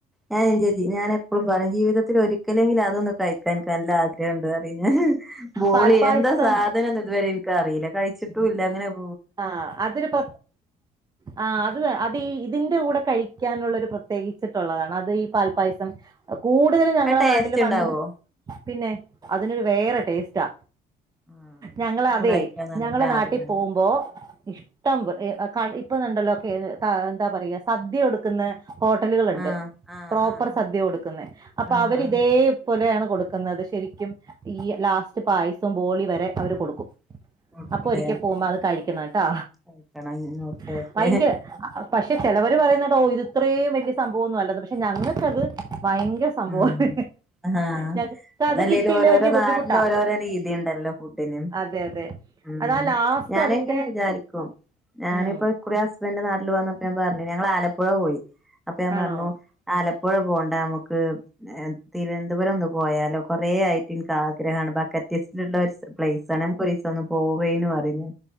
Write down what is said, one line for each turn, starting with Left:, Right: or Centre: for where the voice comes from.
Centre: ഞാനെ <unintelligible> ഞാനെപ്പളും പറയും ജീവിതത്തില് ഒരിക്കലെങ്കിലും അതൊന്ന് കഴിക്കാൻ ഇൻക് നല്ല ആഗ്ര- എന്താ പിന്നെ ഹ്ഹേ ബോളി
Right: പാൽപ്പായസം
Centre: എന്താ സാധനംന്ന് ഇതുവരെ ഇൻക് അറിയില. കഴിച്ച്ട്ടൂല്ല ഇങ്ങനെ -
Right: ആ അതൊരു പ ആ അത് വേ അത് ഈ - ഇതിന്റെ കൂടെ കഴിക്കാനുള്ളൊരു പ്രത്യേകിച്ചിട്ടുള്ളതാണ് അത് ഈ പാൽപ്പായസം ഒ - കൂടുതലും ഞങ്ങളെ
Centre: അത് ടേസ്റ്റ്
Right: നാട്ടില് പണ്ട്
Centre: ഉണ്ടാവോ
Right: പിന്നെ അതിനൊരു വേറെ ടേസ്റ്റാ.
Centre: ആഹ്
Right: ഞങ്ങള്
Centre: ഒന്ന്
Right: അതെ
Centre: കഴിക്കാൻ നല്ല
Right: ഞങ്ങള് നാട്ടീ
Centre: ആഗ്രഹണ്ട്
Right: പോകുമ്പോ, ഇഷ്ടംബ് ഇ ഹ് കഴി ഇപ്പുന്നുുണ്ടല്ലോ ക്കെ ഏ എന്താ പറയാ സദ്യ കൊടുക്കുന്ന <unintelligible> ഹോട്ടലുകള്ണ്ട്.
Centre: ആഹ് ആഹ്
Right: പ്രോപ്പർ
Centre: ആഹ് ആഹ്
Right: സദ്യ കൊടുക്കുന്നെ. അപ്പൊ
Centre: ആഹ്
Right: അവരിതേ
Centre: ആഹ്
Right: പോലെയാണ് കൊടുക്കുന്നത് ശരിക്കും ഈ ലാസ്റ്റ് പായസം ബോളി വരെ അവര്
Centre: ആഹ്
Right: കൊടുക്കും.
Centre: കൊടുക്കൂലേ
Right: അപ്പൊ ഒരിക്കെ പോവുമ്പോ അത് കഴി - ക്ക്ന്നാ ട്ടോ
Centre: കഴിക്കണം ഓക്കെ
Right: <unintelligible>
Centre: ഓക്കെ
Right: പക്ഷെ ചെലവര് പറയുന്ന കേട്ടാ ഓ ഇത് ഇത്രയും വലിയ സംഭവം ഒന്നും അല്ല ത് പക്ഷെ ഞങ്ങക്കത്- ഭയങ്കര സംഭവാണ്.
Centre: ഉം ആഹ്
Right: ഞ ങ്ങക്കത്
Centre: അതല്ലേലും
Right: കിട്ടിയില്ലെ
Centre: ഓരോരോ
Right: വലിയ ബുദ്ധിമുട്ടാ.
Centre: നാടിന് ഓരോരോ രീതി ഉണ്ടല്ലോ ഫുഡിന്
Right: അതെ അതെ
Centre: ഉം
Right: അതാ ലാസ്റ്റ്
Centre: ഞാനങ്ങനെ
Right: അതിന്റെ-
Centre: വിചാരിക്കും. ഞാനിപ്പോ
Right: ഉം
Centre: കുറെ ഹസ്ബൻന്റ് നാട്ടില് വന്നപ്പോ ഞാൻ പറഞ്ഞീനു. ഞങ്ങള് ആലപ്പുഴ പോയി. അപ്പൊ ഞാൻ
Right: ആണോ
Centre: പറഞ്ഞു ആലപ്പുഴ പോണ്ട നമ്മക്ക്- മ്മക്ക് ഏ തിരുവനന്തപുരം ഒന്ന് പോയാലോ കൊറേ ആയിട്ട് ഇൻക് ആഗ്രഹാണ് ബക്കറ്റ് - <unintelligible> പ്ലേസനം കുറിച്ച് <unintelligible> ഒന്ന് പോവേന്ന് പറയുന്നു